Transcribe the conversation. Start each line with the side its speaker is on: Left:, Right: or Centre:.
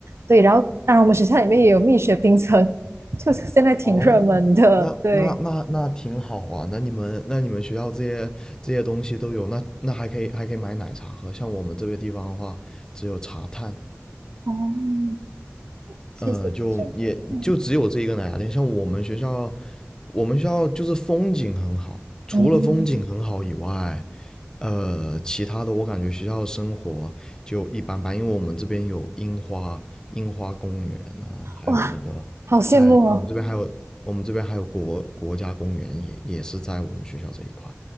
Right: 对，然后当然我们学校里面也有蜜雪冰城，<laughs> 就是现在挺热门的，
Left: 哦，那那那那挺好啊。
Right: 对，
Left: 那你们那你们学校这些这些东西都有，那那还可以还可以买奶茶喝。像我们这个地方的话，只有茶碳。
Right: 哦，其实就嗯，
Left: 呃，就也就只有这一个奶茶店。像我们学校，我们学校就是风景很好，除了风景很好以外，
Right: 嗯，
Left: 呃，其他的我感觉学校的生活就一般般，因为我们这边有樱花、樱花公园啊，还有那个在我们这边还有我们这边还有国国家公园也也是在我们学校这一块。
Right: 哇，好羡慕哦。